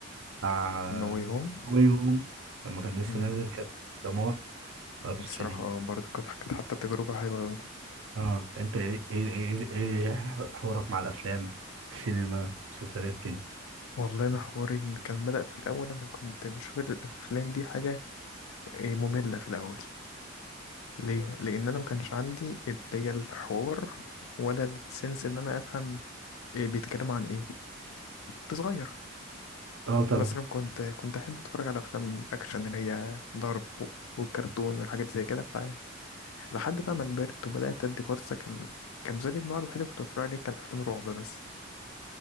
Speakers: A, on the right; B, on the left.
A: بتاع
B: نوي هوم
A: واي هوم لما كان لسه
B: امم
A: نازل كان دمار حضرته
B: الصراحه
A: 3D
B: برضو كانت كانت حتى تجربه حلوه قوي
A: اه انت ايه ايه ايه إيه إيه حوارك مع الافلام السينما مسلسلات كده
B: والله انا حواري إن كان بدأ في الاول انا كنت بشوف الافلام دي حاجه إيه، ممله في الاول ليه؟ لأن أنا ما كانش عندي اللي هي الحوار ولا السنس إن أنا أفهم إيه بيتكلم عن إيه كنت صغير
A: اه طبعا
B: مثلا كنت كنت أحب أتفرج على أفلام أكشن اللي هي ضرب والكرتون والحاجات زي كده فلحد بقى ما كبرت وبدأت أدي فرصة كان كان زي النوع الوحيد اللي كنت بتفرج عليه كان أفلام رعب بس